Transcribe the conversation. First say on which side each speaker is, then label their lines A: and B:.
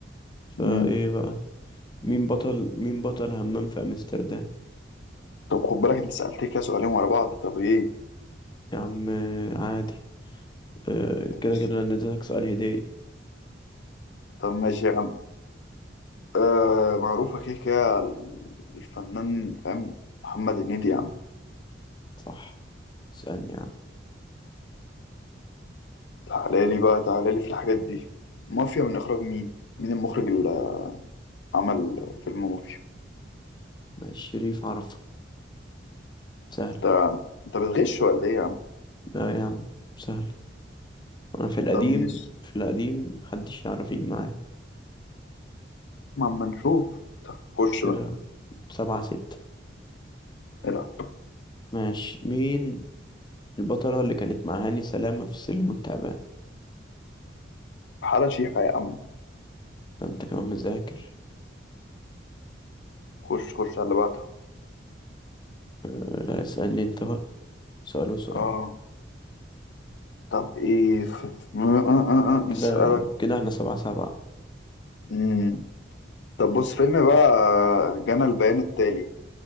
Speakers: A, on the left (about 25°); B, on the left (about 65°).
A: فإيه
B: أمم.
A: بقى مين بطل مين بطل همام في أمستردام
B: طب خد بالك انت سألتني كده سؤالين ورا بعض طب ايه
A: يا عم آه، عادي أه
B: ماشي.
A: كده كده أنا اديتك سؤال هدية
B: طب ماشي يا عم آه معروفة كده كده الفنان فاهم محمد هنيدي يا عم
A: صح اسألني يا عم
B: تعالى لي بقى تعالى لي في الحاجات دي مافيا من اخراج مين مين المخرج اللي عمل فيلم مافيا
A: ماشي شريف عرفة سهل
B: انت انت بتغش ولا ايه يا عم
A: لا يا عم سهل أنا في القديم
B: طب ماشي
A: في القديم محدش يعرف يجي معايا
B: ما اما نشوف طب خش
A: كده سبعة ستة
B: بقى
A: ماشي مين البطلة اللي كانت مع هاني سلامة في سلم والتعبان
B: حالة شيحة يا عم
A: ده أنت كمان مذاكر
B: خش خش على اللي بعده
A: أه، لا اسألني أنت بقى سؤال وسؤال
B: اه طب ايه ف... ف- م- آه آه آه. آه،
A: كده
B: نسألك
A: كده احنا سبعة سبعة
B: مم. طب بص فيلم بقى جانا البيان التالي